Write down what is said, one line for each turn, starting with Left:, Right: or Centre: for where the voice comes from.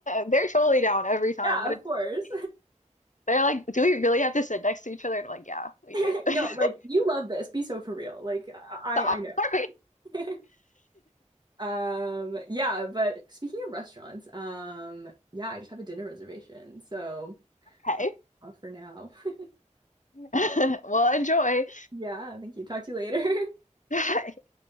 Left: <laughs> They're totally down every time,
Right: Yeah,
Left: but
Right: of
Left: it's
Right: course.
Left: funny. They're like, do we really have to sit next to each other? And I'm like, yeah, we
Right: <laughs>
Left: do. <laughs>
Right: No, like you love this. Be so for real. Like I,
Left: Stop.
Right: I know.
Left: <laughs>
Right: <laughs> Um, yeah, but speaking of restaurants, um, yeah, I just have a dinner reservation, so
Left: Okay.
Right: I'll have to off for now. <laughs>
Left: <laughs> Well, enjoy.
Right: Yeah, thank you. Talk to you later. <laughs>
Left: <laughs>